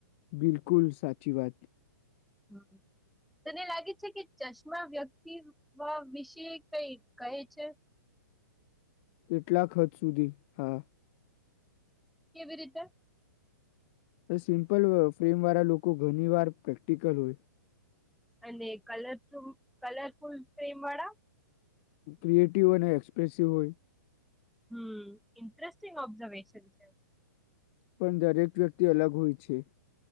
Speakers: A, on the left; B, in the centre.
A: બિલકુલ, સાચી વાત.
B: હા એ તને લાગે છે કે ચશ્મા વ્યક્તિ વિશે કઈ કહે છે?
A: કેટલાક હદ સુધી, હા.
B: કેવી રીતે?
A: અહ સિમ્પલ ફ્રેમ વાળા લોકો ઘણી વાર પ્રેક્ટિકલ હોય.
B: અને કલર તુમ કલર ફુલ ફ્રેમ વાળા?
A: ક્રિએટિવ અને એક્સપ્રેસિવ હોય.
B: હમ્મ, ઇન્ટરેસ્ટિંગ ઓબ્ઝર્વેશન છે.
A: પણ દરેક વ્યક્તિ અલગ હોય છે.